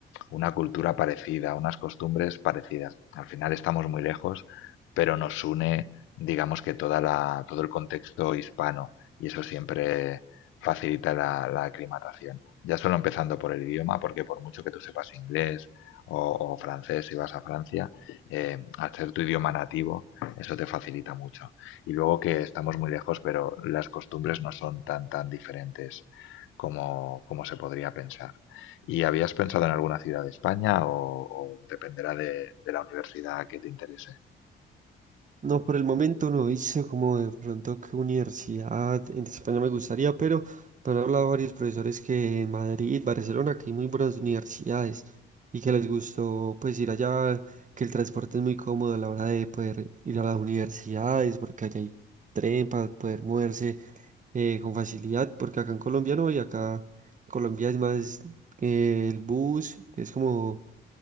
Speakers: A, on the left (about 80°); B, on the right (about 40°).
A: una cultura parecida, unas costumbres parecidas. Al final estamos muy lejos, pero nos une, digamos que toda la, todo el contexto hispano y eso siempre facilita la, la aclimatación. Ya solo empezando por el idioma, porque por mucho que tú sepas inglés o, o francés si vas a Francia, eh, al ser tu idioma nativo, eso te facilita mucho. Y luego que estamos muy lejos, pero las costumbres no son tan, tan diferentes como, como se podría pensar. ¿Y habías pensado en alguna ciudad de España o, o dependerá de, de la universidad que te interese?
B: No, por el momento no hice como de pronto qué universidad en España me gustaría, pero me han hablado varios profesores que en Madrid, Barcelona, que hay muy buenas universidades y que les gustó pues ir allá, que el transporte es muy cómodo a la hora de poder ir a las universidades, porque allá hay tren para poder moverse eh, con facilidad, porque acá en Colombia no, y acá en Colombia es más eh, el bus, que es como